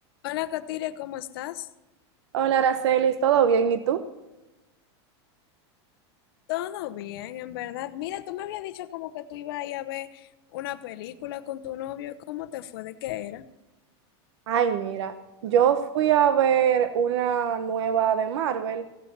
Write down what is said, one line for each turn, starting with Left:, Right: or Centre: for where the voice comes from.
Left: Hola, Katiria, ¿cómo estás?
Right: Hola, Aracelis, ¿todo bien? ¿Y tú?
Left: Todo bien, en verdad. Mira, tú me habías dicho como que tú ibas a ir a ver una película con tu novio. ¿Cómo te fue? ¿De qué era?
Right: Ay, mira, yo fui a ver una nueva de Marvel,